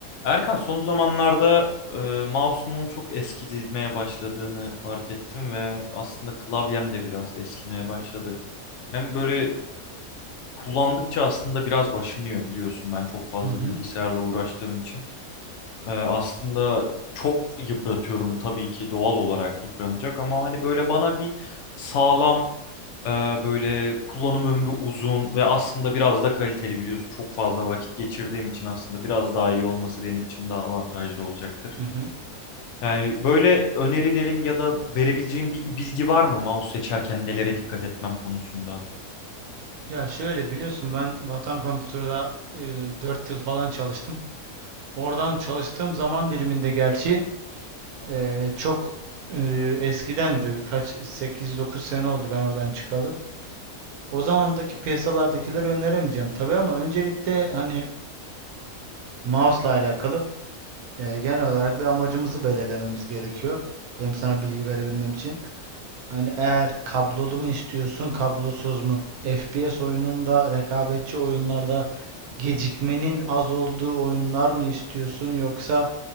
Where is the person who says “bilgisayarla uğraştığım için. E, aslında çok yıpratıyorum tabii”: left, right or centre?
Left